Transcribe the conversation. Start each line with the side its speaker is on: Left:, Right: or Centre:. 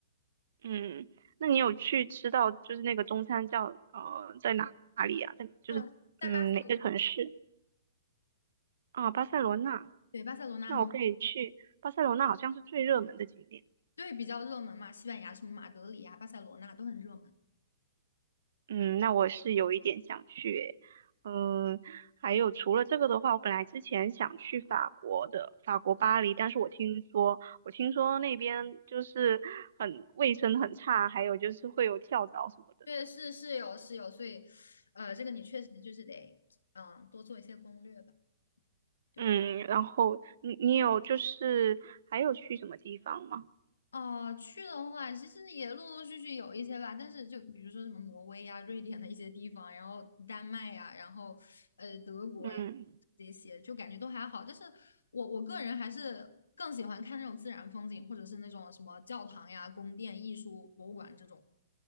Right: 嗯，那你有去吃到就是那个中餐叫呃在哪哪里啊？在就是嗯哪个城市
Left: 啊，在巴塞罗，
Right: 啊？巴塞罗那。
Left: 对，巴塞罗那很，
Right: 那我可以去巴塞罗那，好像是最热门的景点。
Left: 对，比较热门嘛，西班牙什么马德里呀、巴塞罗那都很热门。
Right: 嗯，那我是有一点想去诶。嗯，还有除了这个的话，
Left: 对
Right: 我本来之前想去法国的，法国巴黎，但是我听说我听说那边就是很卫生很差，还有就是会有跳蚤什么的。
Left: 对，是是有是有，所以，呃，这个你确实就是得，嗯，多做一些攻略吧。对，
Right: 嗯，然后你你有就是还有去什么地方吗？
Left: 哦，去的话，其实也陆陆续续有一些吧，但是就比如说什么挪威呀、瑞典的一些地方，然后丹麦呀，然后呃德国呀
Right: 嗯，
Left: 这些，就感觉都还好。但是我我个人还是更喜欢看那种自然风景，或者是那种什么教堂呀、宫殿、艺术博物馆这种，